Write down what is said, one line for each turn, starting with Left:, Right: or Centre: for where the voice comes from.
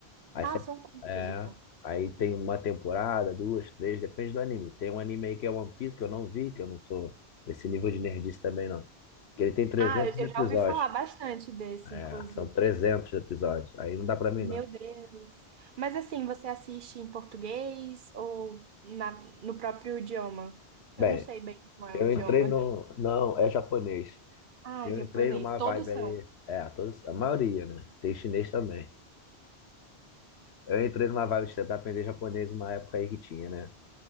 Left: Aí,
Right: Ah,
Left: você-
Right: são curtos
Left: é,
Right: então.
Left: aí tem uma temporada, duas, três, depende do anime. Tem um anime aí que é One Piece, que eu não vi, que eu não sou desse nível de nerdice também, não. Que ele tem 300
Right: Ah, eu eu
Left: episódios.
Right: já ouvi falar bastante desse,
Left: É,
Right: inclusive.
Left: são 300 episódios. Aí não dá pra mim,
Right: Meu
Left: não.
Right: Deus. Mas assim, você assiste em português ou na, no próprio idioma?
Left: Bem,
Right: Eu não sei bem como é
Left: Eu
Right: o idioma.
Left: entrei no.
Right: <laughs>
Left: Não, é japonês.
Right: Ah,
Left: Eu
Right: japonês.
Left: entrei numa
Right: Todos
Left: vibe aí.
Right: são.
Left: É, todos, a maioria, né? Tem chinês também. Eu entrei numa vibe de tentar aprender japonês uma época aí que tinha, né?